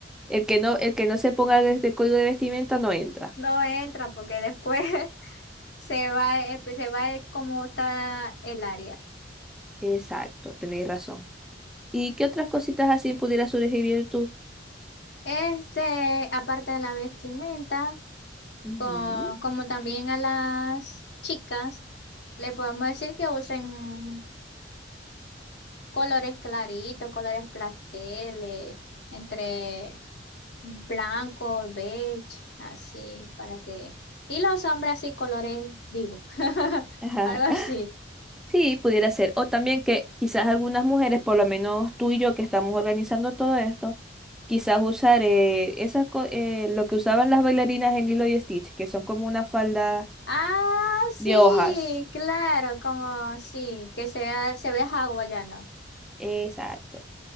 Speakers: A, in the centre; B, on the left.
A: el que no, el que no se ponga este código de vestimenta no entra.
B: No entra porque después <laughs> se va, eh, pues, se va eh, como está el área.
A: Exacto, tenéis razón. ¿Y qué otras cositas así pudieras sugerir tú?
B: Este, aparte de la vestimenta.
A: Ujú,
B: co- como también a las chicas, le podemos decir que usen colores claritos, colores pasteles, entre blanco, beige, así, para que... Y los hombres así, colores vivos, <laughs>
A: Ajá.
B: algo así.
A: Sí, pudiera ser. O también que quizás algunas mujeres, por lo menos tú y yo que estamos organizando todo esto, quizás usar eh, esas co- eh, lo que usaban las bailarinas en Lilo y Stitch, que son como una falda
B: Ah, sí,
A: de hojas.
B: claro, como sí, que sea, se vea hawaiano.
A: Exacto.